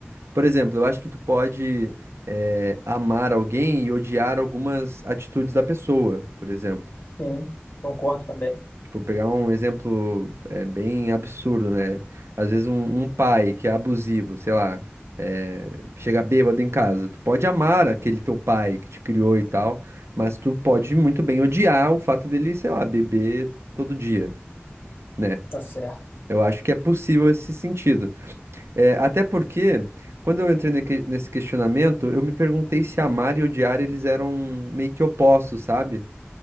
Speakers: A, on the right; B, on the left.
A: Por exemplo, eu acho que tu pode eh, amar alguém e odiar algumas atitudes da pessoa, por exemplo.
B: Sim, concordo também,
A: Tipo, pegar um exemplo é, bem absurdo, né? Às vezes um, um pai que é abusivo, sei lá, é, chega bêbado em casa. Tu pode amar aquele teu pai que te criou e tal, mas tu pode muito bem odiar o fato dele, sei lá, beber todo dia, né?
B: tá certo.
A: Eu acho que é possível esse sentido. É, até porque, quando eu entrei neque- nesse questionamento, eu me perguntei se amar e odiar eles eram meio que opostos, sabe?